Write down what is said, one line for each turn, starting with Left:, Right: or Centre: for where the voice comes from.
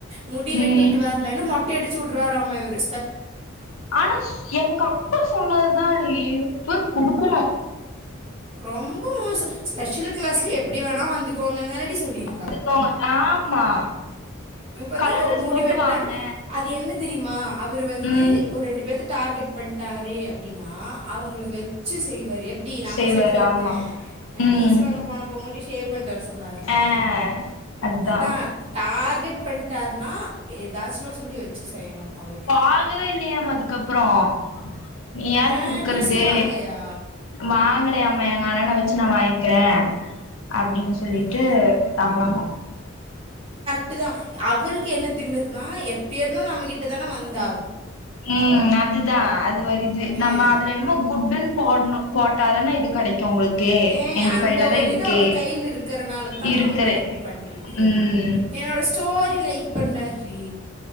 Right: மூடி வெட்டிட்டு
Left: ம்
Right: வரலன்னு மொட்ட அடிச்ச வி்ட்ருவாராம்மா இவரு
Left: ஆனா ஸ் எங்கப்பா சொன்னதுதா நீ இப்ப குடுக்கு
Right: ரொம்பவு மோச ஸ்பெஷல் கிளாஸ்ல எப்டி வேணா வந்துக்கோங்கன் தான்னடி சொல்லிருக்
Left: இருக்கோங்க ஆமா
Right: பாத்தா
Left: கலர் ட்ரெஸ்
Right: முடிவட்டலன்னு
Left: போட்டு வாங்க
Right: அது என்ன தெரியுமா அவரு வந்து
Left: ம்
Right: ஒரு ரெண்டு பேத் டார்கெட் பண்ணிட்டாரே அப்படின்னா அவங்கள வச்சு செய்வார் எப்படி நம்ம
Left: செய்வாரு
Right: செட்டில ஒருத்தன
Left: ஆமா
Right: ஏ
Left: ம்
Right: டி சி வாங்க போனப்ப மட்டு ஷேவ் பண்ணிட்டு வர சொன்னார்ல
Left: ஆ அதா
Right: அதான் டார்கெட் பண்ணிட்டாருன்னா ஏதாச்சும்லு சொல்லி வச்சு செய்யணு அவருக்கு
Left: பாகவே இல்லையாமா அதுக்கப்புறோ நீ யாரு
Right: ஆ
Left: குடுக்குறது
Right: டிசியே வாங்கலையா
Left: வாங்கலையமா ஆன வச்சு நா வாங்கிக்கிறே அ அப்டின்னு சொல்லிட்டு
Right: ஆ
Left: தாங்காம
Right: ட்டுதா அவருக்கு என்ன திமிர்னா எப்டிருந்தா நம்மகிட்ட தான வந்த
Left: உம் அதுதா அது ஒரு இது நம்ம
Right: ஆ
Left: அதுல என்னமோ குட்டுன் போட்ணு போட்டாதான இது க்யு உங்ளுக்கு
Right: ஏ
Left: எங்க
Right: அந்த
Left: கைலதா
Right: ஒரு
Left: இருக்கே
Right: இது அவர் கையில இருக்கறனால தா
Left: இருக்கற
Right: அவர் வந்து இப்டி பண்ட்ருக்காரு
Left: ம்
Right: என்னோட ஸ்டோரி லைக் பண்ணரி